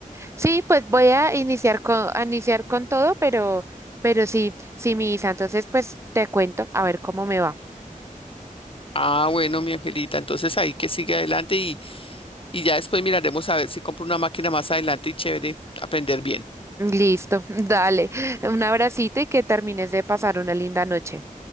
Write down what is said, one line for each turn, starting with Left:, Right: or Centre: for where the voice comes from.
Right: Sí, pues voy a iniciar con, a iniciar con todo, pero, pero sí, sí, misa entonces pues te cuento a ver cómo me va.
Left: Ah, bueno, mi Angelita, entonces ahí que sigue adelante y, y ya después miraremos a ver si compro una máquina más adelante y chévere, aprender bien.
Right: Listo, <laughs> dale, un abracito y que termines de pasar una linda noche.